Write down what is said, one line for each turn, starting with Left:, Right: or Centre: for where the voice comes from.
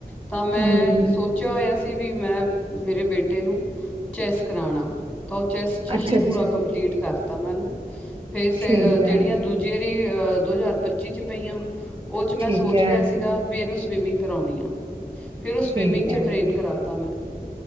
Centre: ਤਾਂ ਮੈਂ
Right: ਹੂੰ,
Centre: ਸੋਚਿਆ ਹੋਇਆ ਸੀ। ਵੀ ਮੈਂ ਮੇਰੇ ਬੇਟੇ ਨੂੰ ਚੈਸ ਕਰਾਉਣਾ। ਤਾਂ ਉਹ ਚੈਸ ਚ
Right: ਅੱਛਾ-ਅੱਛਾ
Centre: ਹੀ ਪੂਰਾ ਕੰਪਲੀਟ ਕਰਦਾ। <inaudible> ਤੇ
Right: ਠੀਕ ਐ,
Centre: ਜਿਹੜੀਆਂ ਦੂਜੇ ਦੋ। ਹਾਜ਼ਾਰ 'ਚ ਪਈਆਂ ਉਹ ਚ
Right: ਠੀਕ
Centre: ਮੈਂ ਸੋਚ
Right: ਐ,
Centre: ਲਿਆ ਸੀਗਾ ਵੀ ਇਹਨੂੰ ਇਮੀਗ ਕਰਾਉਣੀ ਆ ਫਿਰ ਉਹ ਸਵਿਮਿੰਗ
Right: ਠੀਕ
Centre: ਚ
Right: ਐ,
Centre: ਟਰੇਨ ਕਰਾਤਾ ਮੈਂ